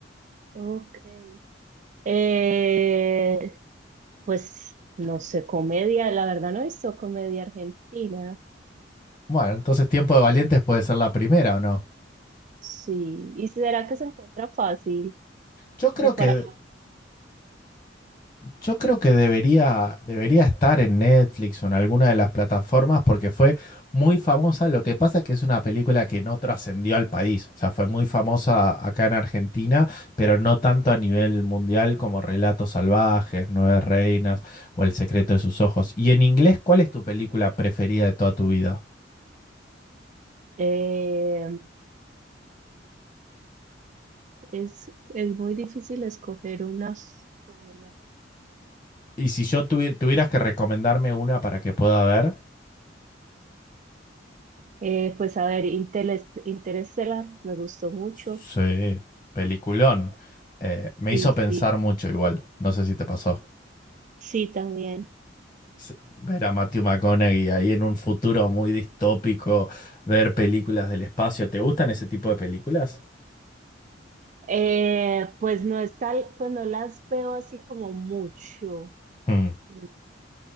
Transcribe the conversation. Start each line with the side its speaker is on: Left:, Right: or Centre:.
Right: Ok. Eh, pues no sé, comedia, la verdad no he visto comedia argentina.
Left: Bueno, entonces Tiempo de Valientes puede ser la primera, ¿o no?
Right: Sí, ¿y será que se encuentra fácil
Left: Yo
Right: como
Left: creo
Right: para
Left: que
Right: verla?
Left: Yo creo que debería, debería estar en Netflix o en alguna de las plataformas porque fue muy famosa. Lo que pasa es que es una película que no trascendió al país. O sea, fue muy famosa acá en Argentina, pero no tanto a nivel mundial como Relatos Salvajes, Nueve Reinas o El Secreto de sus Ojos. Y en inglés, ¿cuál es tu película preferida de toda tu vida?
Right: Eh, es, es muy difícil escoger una sola.
Left: Y si yo tuvi- tuvieras que recomendarme una para que pueda ver,
Right: Eh, pues a ver, Interes- Interestelar me gustó mucho.
Left: sí, peliculón. Eh, me
Right: Sí,
Left: hizo pensar
Right: sí,
Left: mucho igual. No sé si te pasó.
Right: sí, también.
Left: Sí, Ver a Matthew McConaughey ahí en un futuro muy distópico, ver películas del espacio. ¿Te gustan ese tipo de películas?
Right: Eh, pues no es tal, pues no las veo así como mucho.
Left: Mm.
Right: No,